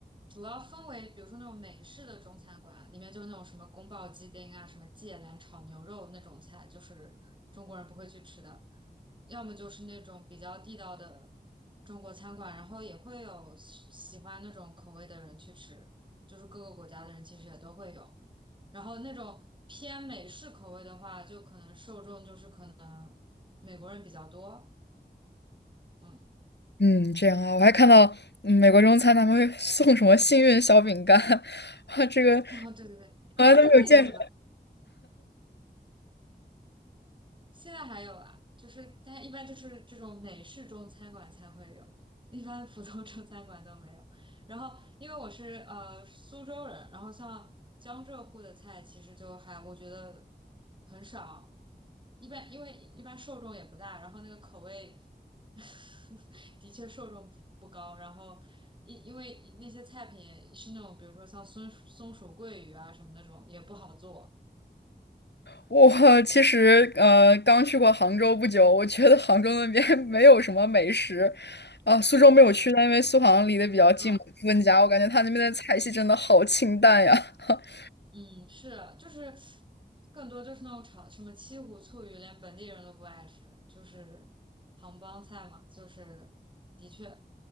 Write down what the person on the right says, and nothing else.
主要分为，比如说那种美式的中餐馆，里面就是那种什么宫保鸡丁啊、什么芥蓝炒牛肉那种菜，就是中国人不会去吃的；要么就是那种比较地道的中国餐馆，然后也会有喜喜欢那种口味的人去吃，就是各个国家的人其实也都会有。然后那种偏美式口味的话，就可能受众就是可能美国人比较多，嗯，
<laughs> 哦，对对对，你们那边应该也有的吧？
现在还有啊，就是但一般就是这种美式中餐馆才会有，一般普通中餐馆都没有。然后因为我是呃苏州人，然后像江浙沪的菜其实就还我觉得很少，一般因为一般受众也不大，然后那个口味 <laughs> 的确受众不不高，然后。因因为那些菜品也是那种，比如说像松松鼠桂鱼啊什么那种，也不好做。
嗯。
嗯，是，就是更多就是那种炒什么七股醋鱼，连本地人都不爱吃，就是杭帮菜嘛，就是的确，